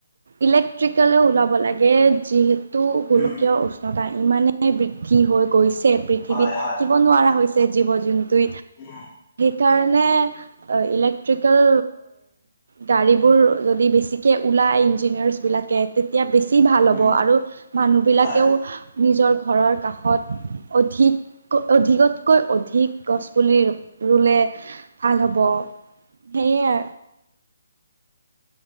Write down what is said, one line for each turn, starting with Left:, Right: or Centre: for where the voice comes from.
Right: ইলেক্ট্ৰিকলে ওলাব লাগে, যিহেতু গোলকীয়
Left: উম
Right: উষ্ণতা ইমানে বৃদ্ধি হৈ গৈছে পৃথিৱীত
Left: হয়
Right: থাকিব নোৱাৰা হৈছে জীৱ- জন্তু
Left: উ
Right: কাৰণে ইলেক্ট্ৰিকেল গাড়ীবোৰ যদি বেছিকে ওলাই ইঞ্জিনিয়াৰছ বিলাকে তেতিয়া বেছি ছি ভাল
Left: উম
Right: হ'ব আৰু মানুহ বিলাকেও
Left: হয়
Right: নিজৰ ঘৰৰ কাষত অধিক অধিকতকৈ অধিক গছ পুলি ৰুলে ভাল হ'ব সেয়া।